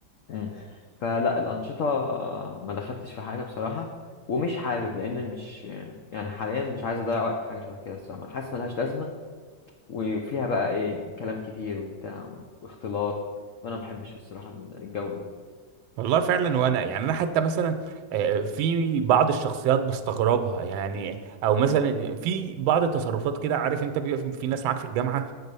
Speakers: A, on the left; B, on the right.
A: مم. فلا الأنشطة ما دخلتش في حاجة بصراحة ومش حابب لأن مش يعني حاليا مش عايز أضيع وقت في حاجة شبه كده الصراحة حاسس ملهاش لازمة وفيها بقى إيه كلام كتير وبتاع واختلاط وأنا ما بحبش الصراحة الجو ده
B: والله فعلا وانا يعني انا حتى مثلا آه، في بعض الشخصيات بستغربها يعني او مثلا في بعض التصرفات كده عارف انت بيبقى في في ناس معاك في الجامعه